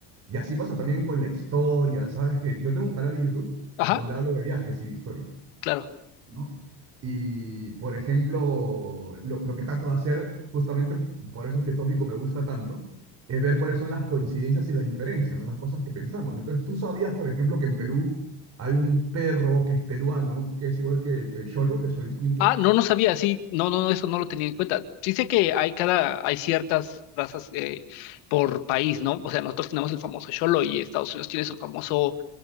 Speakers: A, on the right (about 35°); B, on the left (about 85°).
A: Y así pasa también con la historia, ¿sabes? Que yo tengo un canal de YouTube
B: Ajá,
A: donde hablo de viajes y de historia,
B: claro.
A: ¿no? Y, por ejemplo, lo, lo que trato de hacer, justamente por eso este tópico me gusta tanto, es ver cuáles son las coincidencias y las diferencias, ¿no? Las cosas que pensamos. Entonces, tú sabías, por ejemplo, que en Perú hay un perro que es peruano, que es igual que, que el Xolo, que es Xoloitzcuintle.
B: Ah, no, no sabía, sí, no, no, no, eso no lo tenía en cuenta. Sí sé que hay cada, hay ciertas razas eh, por país, ¿no? O sea, nosotros tenemos el famoso Xolo y Estados Unidos tiene su famoso